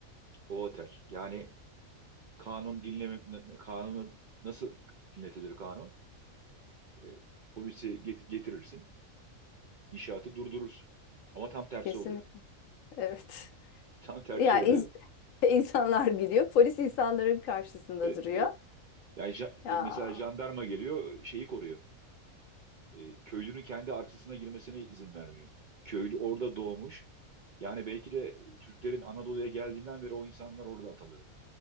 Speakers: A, on the right; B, on the left.
A: O otel. Yani kanun dinleme kanunu nasıl dinletilir kanun? E, polisi get- getirirsin, inşaatı durdurursun. Ama tam tersi
B: Kesinlikle.
A: oluyor. <laughs>
B: Evet. <laughs>
A: Tam tersi
B: Ya
A: oluyor.
B: ins- <laughs> insanlar gidiyor, polis insanların karşısında
A: E,
B: duruyor.
A: e, yani ja-
B: Ya
A: e, mesela jandarma geliyor, şeyi koruyor. E, köylünün kendi arsasına girmesine izin vermiyor. Köylü orada doğmuş. Yani belki de Türklerin Anadolu'ya geldiğinden beri o insanlar orada atalı.